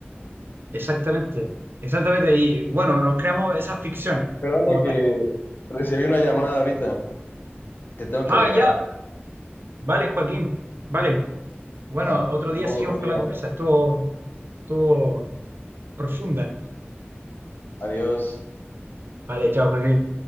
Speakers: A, on the right; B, on the left.
A: exactamente, exactamente, y bueno, nos creamos esas ficciones
B: Perdona
A: como
B: que
A: tal.
B: recibí una llamada ahorita, te tengo
A: Ah,
B: que dejar.
A: ya, vale, Joaquín, vale, bueno,
B: Va,
A: otro día
B: hablamos
A: seguimos
B: otro
A: con
B: día.
A: la conversa, estuvo, estuvo profunda.
B: Adiós.
A: Vale, chao, Joaquín.